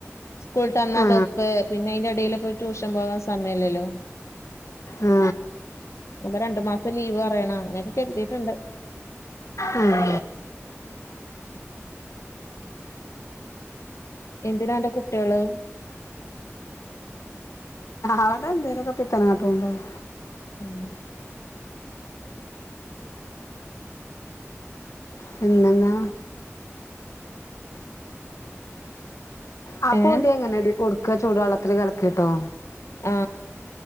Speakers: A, on the left; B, on the left.
A: സ്കൂളി് തന്നാതപ്പ
B: ആ
A: പിന്നെ അയിറെ ഇടയിലൊ പോ ട്യൂഷൻ പോകാൻ സമയല്ലല്ലോ
B: ആ
A: അപ്പ രണ്ടു മാസം ലീവ് പറയണം അങ്ങനെയൊക്കെ കരുതിട്ടുണ്ട്
B: ആ.
A: എന്തിനാ എന്റെറെ കുട്ടികള്
B: അവിടെ എന്തേരൊക്കെ കിത്തനാട്ടമ ഉണ്ടാവും
A: ഉം
B: പിന്നെന്താ ആ
A: ഏഹ്
B: പൊടി എങ്ങനാടി കൊടുക്കു ക്കെ ചൂടുവള്ളത്തിൽ കലക്കിട്ടോ
A: ആ